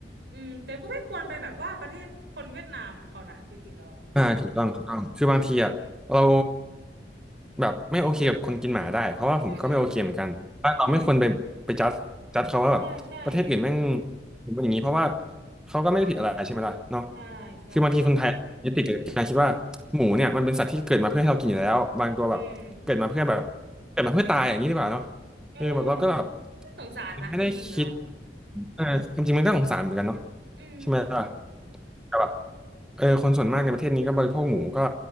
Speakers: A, on the right; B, in the centre.
A: อืมแต่ก็ไม่ควรไปแบบว่าประเทศคนเวียดนามเขานะจริงๆแล้วอ่ะ
B: อ่าถูกต้องถูกต้องคือบางทีอ่ะเราแบบไม่โอเคกับคนกินหมาได้เพราะว่าผมก็ไม่โอเคเหมือนกันว่าเราไม่ควรไปไปจัดจัดเขาว่าแบบประเทศอื่นแม่ง
A: อืมอืมอืมอืมใช่ใช่
B: เป็นอย่างนี้เพราะว่าเขาก็ไม่ได้ผิดอะไรใช่ไหมล่ะเนาะ
A: ใช่ใช่
B: คือบางทีคนไทยยึดติดกับการคิดว่าหมูเนี่ยมันเป็นสัตว์ที่เกิดมาเพื่อให้เรากินอยู่แล้วบางตัวแบบเกิดมาเพื่อแบบ
A: อืม
B: เกิดมาเพื่อตายอย่างนี้ดีกว่าเนาะ
A: เออน่าสงสารนะจริงๆแล้วอ่ะ
B: คือแบบเราก็แบบไม่ได้คิด เออความจริงมันก็สงสารเหมือนกันเนาะ
A: อืม
B: ใช่ไหมล่ะแต่แบบเออคนส่วนมากในประเทศนี้ก็บริโภคหมูก็